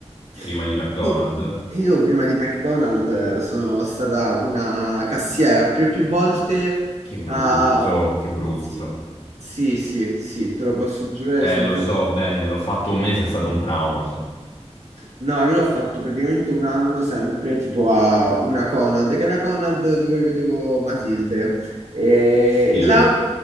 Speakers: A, on the right; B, on the left.
A: Sì.
B: Prima di McDonald's?
A: Io prima di McDonald's eh, sono stata una cassiera più e più volte.
B: Che brutto,
A: ah,
B: che brutto.
A: sì, sì, sì, sì, te lo posso giurare.
B: Eh,
A: Sì,
B: lo
A: infatti,
B: so bene, l'ho fatto un mese, è stato un trauma. sa-
A: No, io l'ho fatto praticamente un anno sempre tipo a una Conad, che è la Conad dove vedevo Matilde. E
B: Sì.
A: e là